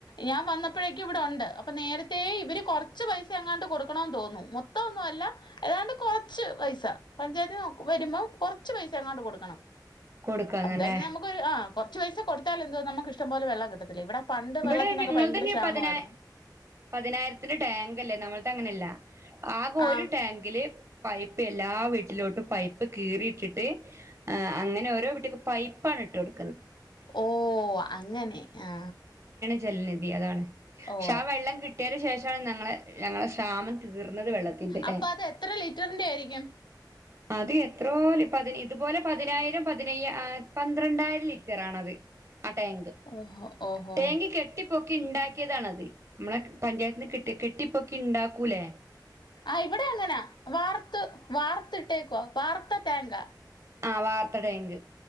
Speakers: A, on the left; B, on the right.
A: ഞാൻ വന്നപ്പോഴേക്കും ഇവിടെണ്ട് അപ്പൊ നേരത്തെ ഇവര് കൊറച്ച് പൈസ എങ്ങാണ്ട് കൊ കൊടുക്കണോം തോന്നുന്നു മൊത്തൊന്നല്ല ഏതാണ്ട് കൊറച്ച് പൈസ പഞ്ചായത്തിന് വരുമ്പോ കൊറച്ച് പൈസ ങ്ങാണ്ട് കൊടുക്കണം.
B: കൊടുക്കാന്നല്ലേ
A: എന്തായാലും നമുക്ക്ഒരു ആ കൊറച്ച് പൈസ കൊടുത്താലെന്തു വാ നമുക്ക് ഇഷ്ടം പോലെ വെള്ളം കിട്ടത്തിലേ ഇവിടെ. പണ്ട്
B: ഇവിടെ
A: വെള്ളത്തിനൊക്കെ
B: ഇങ്ങൾത്
A: ഭയങ്കര
B: ന്
A: ക്ഷാമമായിരുന്നു
B: പതിന പതിനായിരത്തിന്റെ ടാങ്ക് അല്ലേ നമ്മൾ ത് അങ്ങനെല്ല. ആകെ
A: ആ
B: ഒരു ടാങ്കില്. പൈപ്പ് എല്ലാ വീട്ടിലോട്ടും പൈപ്പ് കീറിയിട്ടിട്ട് അങ്ങനെ ഓരോ വീട്ടിക്ക് പൈപ്പാണ് ഇട്ട് കൊടു
A: ഓ അങ്ങനെ ആ
B: ജലനിധി അതാണ് പക്ഷെ
A: ഓ
B: ആ വെള്ളം കിട്ടിയേന്റെ ശേഷാണ് ഞങ്ങളെ ഞങ്ങളെ ശാമം തീർ ന്നത് വെള്ളത്തിന്റെ.
A: അപ്പൊ അത് എത്ര ലിറ്ററിന്റെ ആയിരിക്കും
B: അത് എത്രോ ലി പതി ഇതുപോലെ പതിനായിരം പതിനയ്യാ പന്ത്രണ്ടായിരം ലിറ്ററാ ണത്. ആ ടാങ്ക്
A: ഓഹോ ഓഹോ
B: ടേങ്ക് കെട്ടി പൊക്കി ഉണ്ടാക്കിയതാണത് നമ്മളെ പഞ്ചായത്തിന് കെട്ടി കെട്ടി പൊക്കി ഇണ്ടാക്കൂലേ?
A: ആ ഇവിടെ അങ്ങനാ വാർത്ത് വാർത്ത് ട്ടേക്കോ വാർത്ത ട്ടാങ്കാ
B: ആ വാർത്തട്ടാങ്ക്